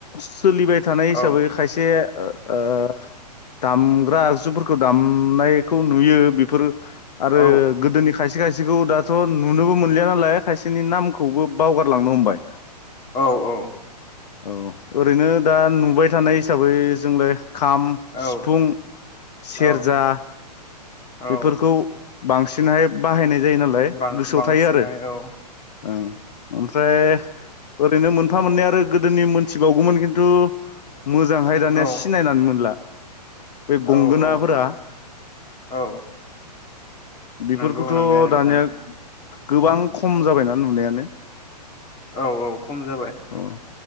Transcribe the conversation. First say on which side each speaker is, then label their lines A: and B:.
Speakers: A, on the left; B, on the left.
A: सोलिबाय थानाय हिसाबै
B: औ
A: खायसे ओ ओ दामग्रा आगजुफोरखौ दामनायखौ नुयो बेफोरो आरो
B: औ
A: गोदोनि खाय से खायसेखौ दाथ' नुनोबो मोनलिया नालाय खायसेनि नाम खौबो बावगारलांनो हमबाय।
B: औ औ।
A: औ ओरैनो दा नुबाय थानाय हिसाबै जोंलाय खाम,
B: औ औ
A: सिफुं, सेरजा
B: औ औ
A: बेफोरखौ बांसिनहाय बाहायनाय जायो नालाय
B: बां-बांसिनै
A: गोसोआव थायो आरो।
B: औ
A: उम ओमफ्राय ओरैनो मोनफा मोननै आरो गोदोनि मोनथिबावगौमोन खिन्थु मोजांहाय दानिया
B: औ
A: सिनायनानै मोनला। बे गंगोनाफोरा
B: औ औ औ औ
A: बेफोरखौथ'
B: नंगौ नंनाया नोंथां
A: दानिया गोबां खम जाबायना नुनायानो।
B: औ औ खम जाबाय।
A: अ